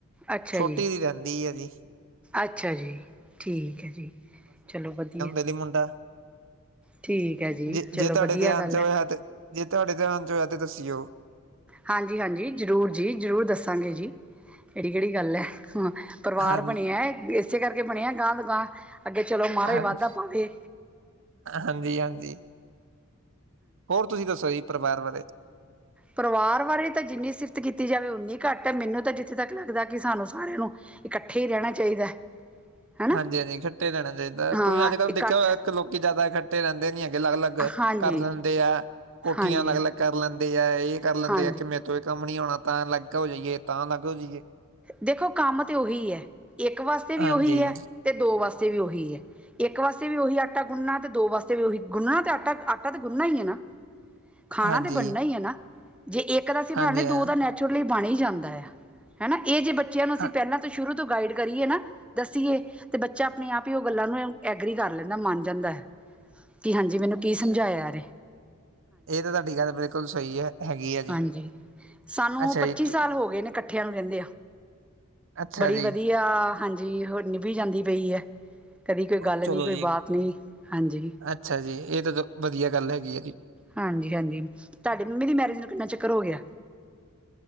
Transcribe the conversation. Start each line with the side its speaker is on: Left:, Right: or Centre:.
Centre: ਅੱਛਾ
Right: ਛੋਟੀ
Centre: ਜੀ,
Right: ਦੀ ਰਹਿੰਦੀ ਹੈ ਜੀ
Centre: ਅੱਛਾ ਜੀ। ਠੀਕ ਹੈ ਜੀ, ਚਲੋ ਵਧੀਆ।
Right: ਮੁਡਾ-
Centre: ਠੀਕ ਹੈ ਜੀ
Right: ਜੇ
Centre: ਚਲੋ
Right: ਜੇ ਤੁਹਾਡੇ
Centre: ਵਧੀਆ
Right: ਧਿਆਨ
Centre: ਗੱਲ
Right: ਚ ਹੋਇਆ,
Centre: ਹੈ
Right: ਤੇ ਜੇ ਤੁਹਾਡੇ ਧਿਆਨ ਚ ਹੋਇਆ ਤੇ ਦੱਸੀਓ।
Centre: ਹਾਂਜੀ-ਹਾਂਜੀ ਜ਼ਰੂਰ ਜੀ, ਜ਼ਰੂਰ ਦੱਸਾਂਗੇ ਜੀ ਇਹਦੀ ਕਿਹੜੀ ਗੱਲ ਏ। ਪਰਿਵਾਰ
Right: ਹਾਂ
Centre: ਬਣਿਆ ਇਸੇ ਕਰਕੇ ਬਣਿਆ ਗਾਂਹ ਦ ਗਾਂਹ। ਅੱਗੇ ਚਲੋ ਮਹਾਰਾਜ
Right: ਹਾਂਜੀ
Centre: ਵਾਧਾ ਪਾਵੇ।
Right: ਹਾਂਜੀ ਹਾਂਜੀ ਹੋਰ, ਤੁਸੀਂ ਦੱਸੋ ਜੀ ਪਰਿਵਾਰ ਬਾਰੇ?
Centre: ਪਰਿਵਾਰ ਬਾਰੇ ਤਾਂ ਜਿੰਨੀ ਸਿਫਤ ਕੀਤੀ ਜਾਵੇ ਉਨੀ ਘੱਟ ਹੈ। ਮੈਨੂੰ ਤਾਂ ਜਿੱਥੇ ਤੱਕ ਲੱਗਦਾ ਕਿ ਸਾਨੂੰ ਸਾਰਿਆਂ ਨੂੰ ਇਕੱਠੇ ਹੀ ਰਹਿਣਾ ਚਾਹੀਦਾ। ਹਨਾ
Right: ਹਾਂਜੀ-ਹਾਂਜੀ ਕੱਠੇ ਰਹਿਣਾ ਚਾਹੀਦਾ।
Centre: ਹਾਂ
Right: ਕੋਈ ਅੱਜ ਕੱਲ੍ਹ
Centre: ਇਕੱਠ
Right: ਦੇਖਿਆ ਹੋਇ, ਇੱਕ ਲੋਕ ਜਿਆਦਾ ਕੱਠੇ ਰਹਿੰਦੇ ਨੀ ਹੈਗੇ, ਅਲੱਗ-ਅਲੱਗ-
Centre: ਹਾਂਜੀ
Right: ਕਰ ਲੈਂਦੇ ਆ। ਕੋਠੀਆਂ
Centre: ਹਾਂਜੀ
Right: ਅਲੱਗ ਅਲੱਗ ਕਰ ਲੈਂਦੇ ਆ। ਇਹ ਕਰ ਲੈਂਦੇ
Centre: ਹਾਂਜੀ
Right: ਆ ਕਿ ਮੇ- ਕੋਈ ਕੰਮ ਨੀ ਹੋਉਣਾ ਤਾਂ ਅਲੱਗ ਹੋ ਜਾਈਏ, ਤਾਂ ਅਲੱਗ ਹੋ ਜਾਈਏ।
Centre: ਦੇਖੋ, ਕੰਮ ਤੇ ਉਹੀ ਹੈ। ਇੱਕ ਵਾਸਤੇ ਵੀ
Right: ਹਾਂਜੀ
Centre: ਉਹੀ ਹੈ, ਤੇ ਦੋ ਵਾਸਤੇ ਵੀ ਉਹੀ ਹੈ। ਇੱਕ ਵਾਸਤੇ ਵੀ ਉਹੀ ਆਟਾ ਗੁੰਨਣਾ ਤੇ, ਦੋ ਵਾਸਤੇ ਵੀ ਉਹੀ ਗੁੰਨਣਾ ਤੇ ਆਟਾ। ਆਟਾ ਤੇ ਗੁੰਨਣਾ ਹੀ ਹੈ ਨਾ? ਖਾਣਾ
Right: ਹਾਂਜੀ
Centre: ਤਾਂ ਬਣਨਾ ਹੀ ਹੈ ਨਾ? ਜੇ ਇੱਕ ਦਾ ਅਸੀਂ ਬਣਾਉਣੇ
Right: ਹਾਂਜੀ
Centre: ਤਾਂ
Right: ਹਾਂ
Centre: ਦੋ ਦਾ ਨੈਚੁਰਲੀ ਬਣ ਹੀ ਜਾਂਦਾ ਹੈ। ਹੈਨਾ, ਇਹ ਜੇ ਬੱਚਿਆਂ ਨੂੰ ਅਸੀਂ
Right: ਹਾਂ
Centre: ਪਹਿਲਾਂ ਤੋਂ ਸ਼ੁਰੂ ਤੋਂ ਗਾਈਡ ਕਰੀਏ ਨਾ- ਦੱਸੀਏ, ਤੇ ਬੱਚਾ ਆਪਣੇ ਆਪ ਹੀ ਉਹ ਗੱਲਾਂ ਨੂੰ ਐਗਰੀ ਕਰ ਲੈਂਦਾ ਮੰਨ ਜਾਂਦਾ ਏ। ਕਿ ਹਾਂਜੀ। ਮੈਨੂੰ ਕੀ ਸਮਝਾਇਆ ਆਰੇ।
Right: ਇਹ ਤਾਂ ਤੁਹਾਡੀ ਗੱਲ ਬਿਲਕੁਲ ਸਹੀ ਹੈ, ਹੈਗੀ ਆ ਜੀ।
Centre: ਹਾਂਜੀ ਸਾਨੂੰ
Right: ਅੱਛਾ
Centre: ਪੱਚੀ
Right: ਜੀ
Centre: ਸਾਲ ਹੋ ਗਏ ਨੇ ਇਕੱਠਿਆਂ ਨੂੰ- ਰਹਿੰਦੀਆਂ।
Right: ਅੱਛਾ
Centre: ਬੜੀ
Right: ਜੀ
Centre: ਵਧੀਆ ਹਾਂਜੀ ਹੋਰ ਨੀਭੀ ਜਾਂਦੀ ਪਈ ਏ। ਕਦੀ ਕੋਈ ਗੱਲ
Right: ਚਲੋ
Centre: ਨਹੀਂ, ਕੋਈ
Right: ਜੀ
Centre: ਬਾਤ ਨਹੀਂ, ਹਾਂਜੀ।
Right: ਅੱਛਾ ਜੀ, ਇਹ ਤਾਂ ਵਧੀਆ ਗੱਲ ਹੈਗੀ ਏ।
Centre: ਹਾਂਜੀ-ਹਾਂਜੀ। ਤੁਹਾਡੇ ਮੰਮੀ ਦੀ ਮੈਰਿਜ ਨੂੰ ਕਿੰਨਾ ਚਿਕਰ ਹੋ ਗਿਆ?